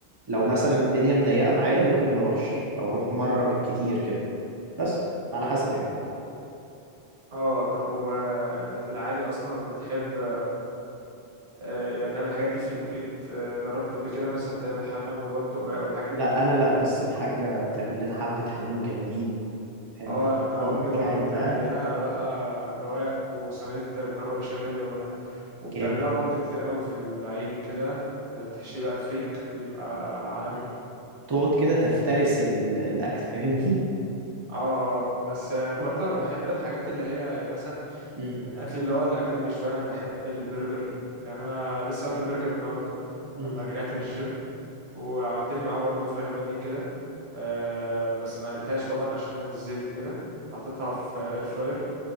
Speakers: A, on the right; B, on the right.
A: لو مثلا الدنيا مضيقة معايا ممكن ما أروحش أو أروح مرة بالكتير كده بس فعلى حسب يعني
B: اه طب وانت في العادي أصلا بتحب آه، يعني تعمل الحاجات دي في البيت آه، جربت قبل كده مثلا تعمل حمام وبط وراق والحاجات
A: لا
B: دي في
A: أنا
B: البيت
A: لا بس الحاجة بتعمل لنا حبة حمام جامدين فاهم
B: اه
A: بقى
B: انا
A: تفضل
B: امي برضو
A: قاعد
B: بتعمل
A: بقى
B: لنا بقى رقاق وصينيه مكرونه بشاميل والح- وبتعمل
A: جامد
B: لها بط كتير قوي في العيد وكده تحشيه بقى فريك بيبقى عالمي
A: مم. تقعد كده تفترس ال- الأكل فاهمني
B: اه اه اه. بس برضو
A: مم.
B: انا بحب الحاجات اللي هي يعني مثلا
A: مم.
B: من الاكل اللي هو الاجنبي شويه انا بحب البرجر يعني انا لسه واكل برجر النهارده
A: مم.
B: لما رجعت من الجيم وعملت لي معاه برضو فراخ بانيه كده آه بس ما قليتهاش طبعا عشان الزيت وكده حطيتها في اير فراير